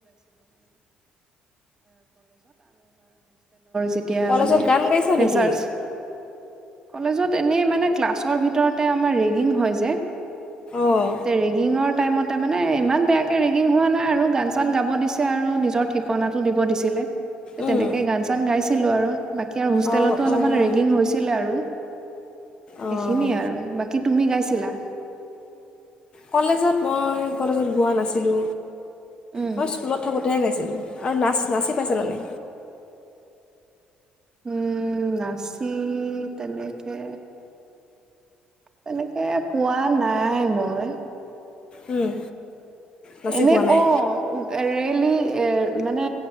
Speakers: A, on the right; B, on the left.
A: যেতিয়া
B: কলেজত
A: মানে
B: গান গাইছা
A: ফেচাৰ্চ
B: নেকি
A: কলেজত এনেই মানে ক্লাছৰ ভিতৰতে আমাৰ ৰেগিং হয় যে
B: অঁ
A: তে ৰেগিঙৰ টাইমতে মানে ইমান বেয়াকে ৰেগিং হোৱা নাই আৰু গান চান গাব দিছে আৰু নিজৰ ঠিকনাটো দিব দিছিলে
B: উম,
A: তেনেকে গান চান গাইছ ছিলোঁ আৰু বাকী আৰু হোষ্টেলতো
B: অঁ
A: অলপমান
B: অঁ
A: ৰেগিং হৈছে আৰু
B: অঁ
A: সেইখিনিয়ে আৰু বাকী তুমি গাইছিলা
B: কলেজত মই কলেজত বোৱা নাছিলোঁ
A: উম
B: মই স্কুলত থাকোঁতেহে গাইছিলোঁ আৰু নাচ নাচি পাইছে নানে
A: উম নাচি তেনেকে তেনেকে পোৱা নাই মই
B: উম নাচি
A: এনে
B: পোৱা নাই
A: অ ৰেলি এ মানে